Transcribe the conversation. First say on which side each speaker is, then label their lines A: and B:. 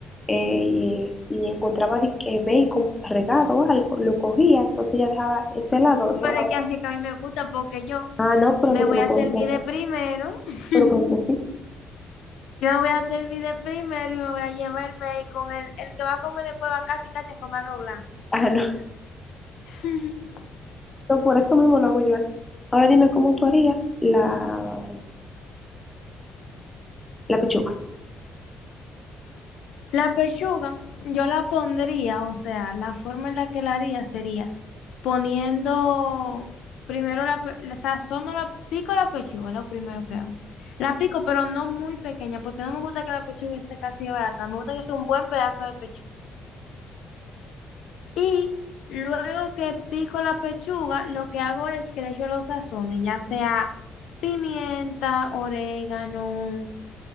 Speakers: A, on the left; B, on the left.
A: eh, y, y encontraba de que bacon regado o algo, lo cogía, entonces ya dejaba ese lado, lo dejaba-
B: Pero es que así que a mí me gusta porque yo
A: Ah, no, pero
B: me
A: que tú
B: voy
A: lo
B: a
A: puedes
B: servir
A: hacer,
B: de primero, <laughs>
A: pero con <laughs> tu fi-
B: yo me voy a servir de primero y me voy a llevar el bacon, el, el que va a comer después va casi casi a comer arroz blanco.
A: Ah, no,
B: <laughs>
A: <laughs> no, por eso mismo lo hago yo así. Ahora dime cómo tú harías la, la pechuga.
B: La pechuga, yo la pondría, o sea, la forma en la que la haría sería poniendo primero la, pe- la sazono la pico la pechuga, lo primero que hago. La pico, pero no muy pequeña, porque no me gusta que la pechuga esté casi de barata, me gusta que sea un buen pedazo de pechuga. Y luego que pico la pechuga, lo que hago es que le echo los sazones, ya sea pimienta, orégano,